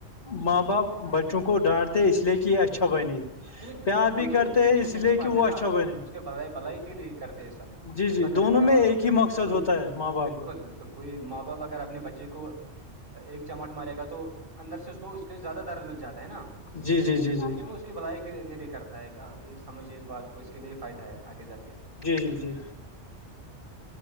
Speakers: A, on the left; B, on the right.
A: ماں باپ بچوں کو ڈانٹتے اس لیے کہ یہ اچھا بنے
B: نہیں نہیں بالکل
A: پیار
B: کوئی
A: بھی
B: تو
A: کرتے
B: غصے
A: ہیں اس
B: سے
A: لیے
B: نہیں
A: کہ
B: مارتے
A: وہ
B: نا
A: اچھا بنے
B: اس کے بلائی بھلائی کے لیے کرتے ہیں سب
A: جی
B: غصہ
A: جی
B: کرے
A: دونوں
B: اگر
A: میں ایک ہی مقصد
B: وہی
A: ہوتا ہے ماں باپ
B: بالکل
A: کا
B: بالکل بال کوئی ماں باپ اگر اپنے بچے کو ایک چمٹ مارے گا تو اندر سے اس کو اس کے زیادہ درد مل جاتا ہے نا
A: جی جی جی جی
B: لیکن وہ اس کی بلائی کے کے لیے کرتا ہے سمجھیے اس بات کو اس کے لیے فائدہ ہے آگے جا کے
A: جی جی جی